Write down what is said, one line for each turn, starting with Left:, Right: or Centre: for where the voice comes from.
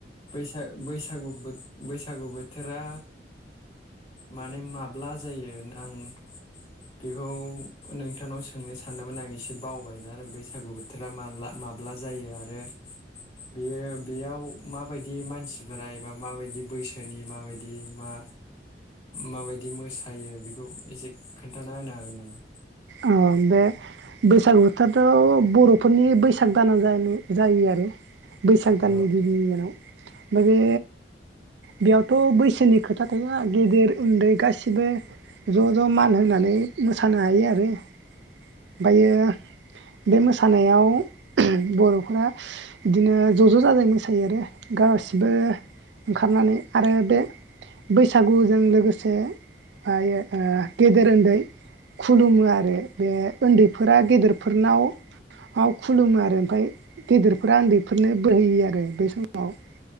Left: बैसाग बैसागु बोथोर बैसागु बोथोरा माने माब्ला जायो आं बेखौ नोंथांनाव सोंनो सानदोंमोन आं एसे बावबायना बैसागु बोथोरा माब्ला माब्ला जायो आरो बेयो बेयाव माबायदि मानसिफोरा एबा माबायदि बैसोनि माबायदि मा माबायदि मोसायो बेखौ एसे खोन्थाना होनो हागोन नामा?
Right: अ बे बैसागु बोथोरथ' बर'फोरनि बैसाग दानाव जायो आरो बैसाग
Left: उम
Right: दाननि गिबिनि दिनाव माने बेयावथ' बैसोनि खोथा थाया गेदेर उन्दै गासिबो ज' ज' मान होनानै मोसानो हायो आरो ओमफ्रायो बे मोसानाय आरो बे उन्दैफोरा गेदेरफोरनाव खुलुमो आरो ओमफ्राय गेदेरफोरा उन्दैफोरनो बोर होयो आरो बे समाव ।